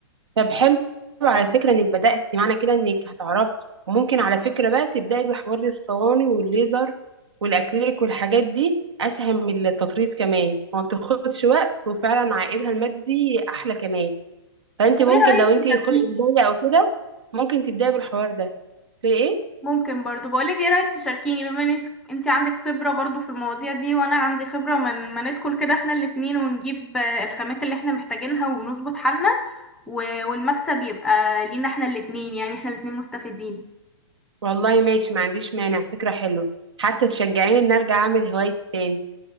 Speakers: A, on the right; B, in the centre.
A: طب حلو على فكرة انك بدأتي معنى كده انك هتعرفي وممكن على فكرة بقى تبدأي بحوار الصواني والليزر والاكريليك والحاجات دي اسهل من التطريز كمان وما بتاخدش وقت وفعلا عائدها المادي احلى كمان فانت
B: طب
A: ممكن
B: ايه رأيك
A: لو انت
B: تشاركيني
A: خلق بداية او كده ممكن تبدأي بالحوار ده في ايه
B: ممكن برضو بقولك ايه رأيك تشاركيني بما انك انت عندك خبرة برضو في المواضيع دي وانا عندي خبرة من ما ندخل كده احنا الاتنين ونجيب آه، الخامات اللي احنا محتاجينها ونظبط حالنا و... والمكسب يبقى لينا احنا الاتنين يعني احنا الاتنين مستفيدين
A: والله ماشي ما عنديش مانع فكرة حلوة حتى تشجعيني ان ارجع اعمل هوايتي تاني